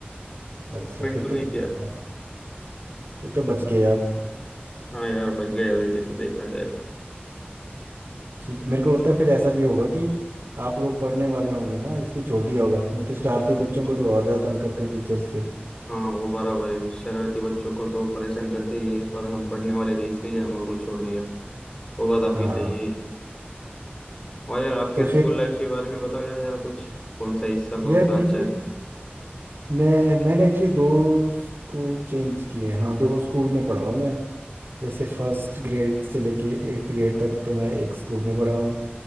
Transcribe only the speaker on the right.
अच्छा फिर
तो
बच
गया फिर तो बच गए आप
ठीक मेरे को लगता है फिर ऐसा भी होगा कि आप लोग पढ़ने वाले होंगे ना इसलिए छोड़ दिया होगा नहीं तो शरारती बच्चों को तो और ज़्यादा तंग करते हैं टीचर्स फिर
हाँ
तो फिर
यार
मैं
भी
मैं मैंने एक्चुअली दो स्कूल चेंज किए हैं हाँ दो स्कूल में पढ़ा हूँ मैं जैसे फर्स्ट ग्रेड से लेके एट्थ ग्रेड तक तो मैं एक स्कूल में पढ़ा हूँ